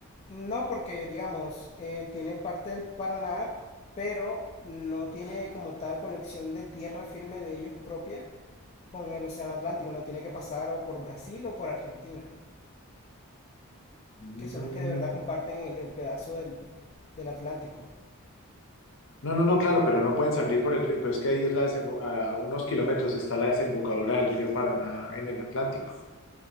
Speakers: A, on the left; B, on the left.
A: No porque, digamos, eh, tiene parte del Paraná, pero no tiene como tal conexión de tierra firme de ellos propia con el Océano Atlántico. No tiene que pasar o por Brasil o por Argentina,
B: Mm,
A: que son los que de verdad comparten el, el pedazo del, del Atlántico.
B: No, no, no, claro, pero no pueden salir por el río, pero es que ahí es la desembo- a unos kilómetros está la desembocadura del río Paraná en el Atlántico.